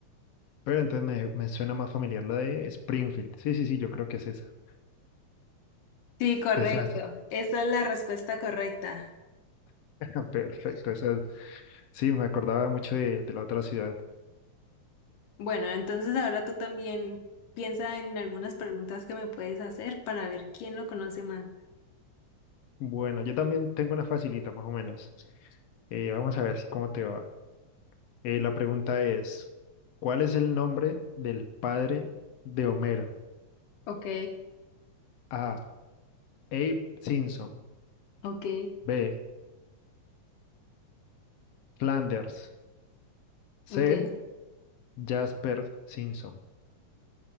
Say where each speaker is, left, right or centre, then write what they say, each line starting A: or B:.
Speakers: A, on the left; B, on the left.
A: Pero entonces me, me suena más familiar la de Springfield. Sí, sí, sí, yo creo que es esa.
B: Sí, correcto.
A: Esa es,
B: Esa es la respuesta correcta.
A: <laughs> perfecto, esa Sí, me acordaba mucho de, de la otra ciudad.
B: Bueno, entonces ahora tú también piensa en algunas preguntas que me puedes hacer para ver quién lo conoce más.
A: Bueno, yo también tengo una facilita, más o menos. Eh, vamos a ver cómo te va. Eh, la pregunta es, ¿cuál es el nombre del padre de Homero?
B: Ok,
A: A. Abe Simpson.
B: ok,
A: B. Flanders. C.
B: ok.
A: Jasper Simpson.